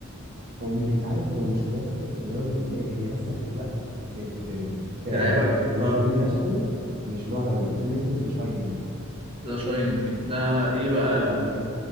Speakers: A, on the right; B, on the right.
A: هو م- انت عارف هو مش رعب لدرجه اللي هي هي بس الاجواء تتع- ت- ت- ترعبك
B: تلعبك
A: لكن هو
B: اه
A: الفيلم نفسه مش رعب قوي فيلم اسمه ذا شاينينج
B: ذا شاينينج ده ايه بقى
A: اه انت